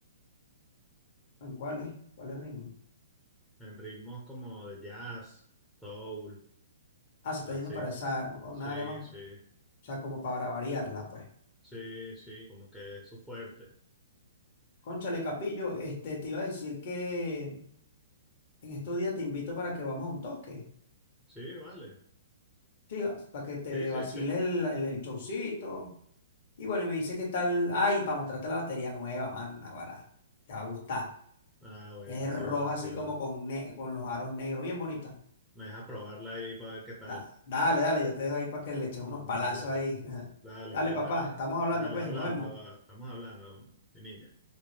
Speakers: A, on the left; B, in the centre.
A: ¿En cuáles? ¿Cuáles ritmos?
B: en ritmos como de jazz, soul,
A: Ah, se está
B: así.
A: yendo para esa, una
B: Sí,
A: área más, o
B: sí,
A: sea, como para variarla, pues.
B: sí, sí, como que es su fuerte.
A: Cónchale, Capillo, este, te iba a decir que en estos días te invito para que vamos a un toque,
B: Sí, vale.
A: ¿sí? vas- Para que te
B: Sí, sí,
A: vacile
B: sí.
A: el, el- el showcito. Y bueno, y me dice qué tal, ay, para mostrarte la batería nueva, man, Naguará, te va a gustar.
B: Ah, bueno,
A: Es roja
B: sí va,
A: así
B: sí
A: como
B: va.
A: con, ne- con los aros negros, bien bonita.
B: Me deja probarla ahí para ver qué tal.
A: Da- dale, dale, yo te dejo ahí para que le eches unos
B: Dale,
A: palazos
B: pues.
A: ahí. <laughs>
B: Dale,
A: Dale,
B: pues,
A: papá,
B: dale.
A: estamos hablando,
B: Dale,
A: pues,
B: hablando.
A: nos vemos.
B: va. Estamos hablando, mi niño.